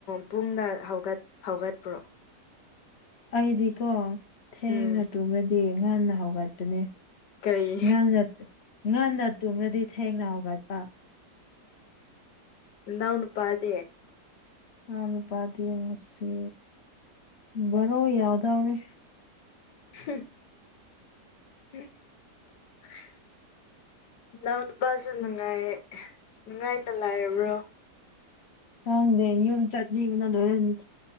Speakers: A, on the left; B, on the left.
A: ꯄꯨꯡꯗ ꯍꯧꯒꯠ ꯍꯧꯒꯠꯄ꯭ꯔꯣ
B: ꯑꯩꯗꯤꯀꯣ ꯊꯦꯡꯅ
A: ꯎꯝ
B: ꯇꯨꯝꯔꯗꯤ ꯉꯟꯅ ꯍꯧꯒꯠꯄꯅꯦ
A: ꯀꯔꯤ
B: ꯉꯟꯅ ꯉꯟꯅ ꯇꯨꯝꯔꯗꯤ ꯊꯦꯡꯅ ꯍꯥꯎꯒꯠꯄ
A: ꯅꯅꯥꯎ ꯅꯨꯄꯥꯗꯤ
B: ꯏꯅꯥꯎ ꯅꯨꯄꯥꯗꯤ ꯉꯁꯤ ꯕꯣꯔꯣ ꯌꯥꯎꯗꯥꯔꯤ
A: ꯍꯝ <inaudible> ꯏꯅꯥꯎ ꯅꯨꯄꯥꯁꯨ ꯅꯨꯡꯉꯥꯏꯌꯦ ꯅꯨꯡꯉꯥꯏꯅ ꯂꯥꯏꯕ꯭ꯔꯣ
B: ꯈꯪꯗꯦ ꯌꯨꯝ ꯆꯠꯅꯤꯡꯕꯅ ꯂꯣꯏꯔꯦꯟ